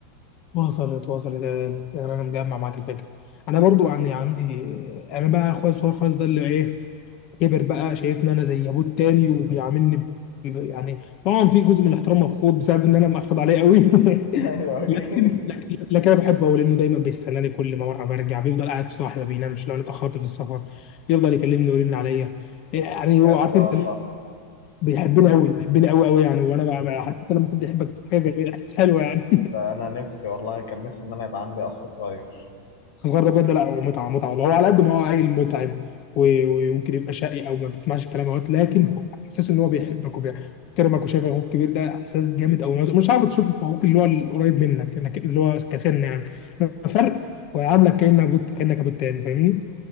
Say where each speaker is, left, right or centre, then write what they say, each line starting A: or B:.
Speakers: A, on the left; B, on the left.
A: وصلت وصلت يا غالي يعني انا مجمع معاك الفكره انا برضو عندي عندي انا بقى اخويا الصغير خالص ده اللي ايه كبر بقى شايفني انا زي ابوه التاني وبيعاملني ب... ب- يعني طبعا في جزء من الاحترام مفقود بسبب ان انا مأخد عليه قوي <laughs>
B: <laughs> ايوه اكيد
A: لكن لكن لكن انا بحبه قوي لانه دايما بيستناني كل ما مره برجع بيفضل قاعد صاحي ما بينامش لو انا اتاخرت في السفر يفضل يكلمني ويرن عليا يعني
B: بجد
A: هو عارف
B: والله
A: انت بيحبني قوي بيحبني قوي قوي يعني وانا بقى- بقى- عارف انت لما حد يحبك بتبقى حاجه جميله احساس حلو يعني
B: ده انا نفسي والله كان نفسي ان انا يبقى عندي اخ صغير
A: بس الصغير ده بجد لا هو متعه متعه والله هو على قد ما هو عيل متعب و- ويمكن يبقى شقي او ما بيسمعش الكلام اهوت لكن هو احساس ان هو بيحبك وبيحترمك وشايف اخوك كبير ده احساس جامد او مش صعب تشوفه في اخوك اللي هو القريب منك إنك- اللي هو كسن يعني لما فرق ويعاملك كانك ابوك كانك ابوك تاني فاهمني؟